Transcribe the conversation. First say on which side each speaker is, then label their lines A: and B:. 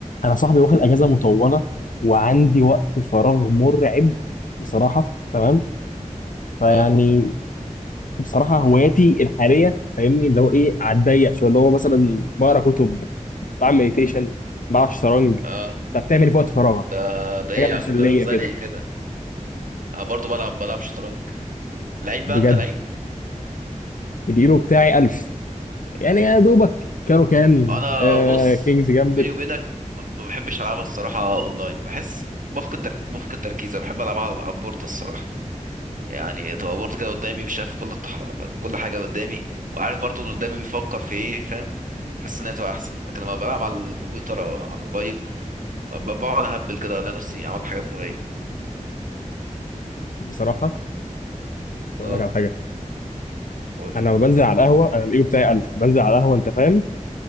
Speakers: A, on the left; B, on the right.
A: انا صاحبي واخد اجازه مطوله وعندي وقت فراغ مرعب بصراحه تمام فيعني
B: اه
A: بصراحه هواياتي الحاليه فاهمني اللي هو ايه على الضيق شويه اللي هو مثلا بقرا كتب بعمل مديتيشن بلعب شطرنج
B: اه
A: طب بتعمل إيه في وقت فراغك
B: ده ده ايه
A: حاجه مسليه
B: يا عم ده زي
A: كده
B: كده انا برضو بلعب بلعب شطرنج لعيب بقى
A: بجد
B: انت لعيب
A: اليورو بتاعي 1000 يعني يا دوبك كانوا كان
B: انا
A: آه
B: بص
A: كينجز جامبت
B: بيني وبينك ما بحبش العبها الصراحه اونلاين بحس بفقد تر... بفقد تركيز انا بحب العبها على على البورد الصراحه يعني تبقى بورد كده قدامي وشايف كل التح... كل حاجه قدامي وعارف برضو اللي قدامي بيفكر في ايه فاهم بحس ان هي بتبقى احسن لكن لما بلعب على الكمبيوتر او على الموبايل ب- بقعد اهبل كده الاقي نفسي عملت حاجات غبيه
A: بصراحه اقول
B: اه
A: لك على حاجه
B: قول
A: انا لما بنزل على القهوه انا اليورو بتاعي 1000 بنزل على القهوه انت فاهم